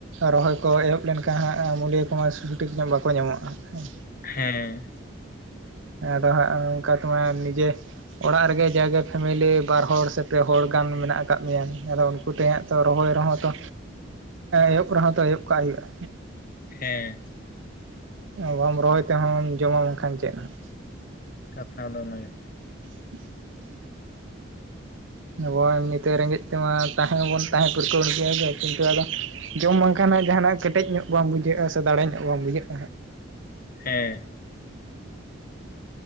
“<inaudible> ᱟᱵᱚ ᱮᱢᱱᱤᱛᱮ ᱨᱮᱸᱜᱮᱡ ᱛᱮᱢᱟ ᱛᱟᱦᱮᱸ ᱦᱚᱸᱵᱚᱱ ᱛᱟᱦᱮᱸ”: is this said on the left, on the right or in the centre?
Right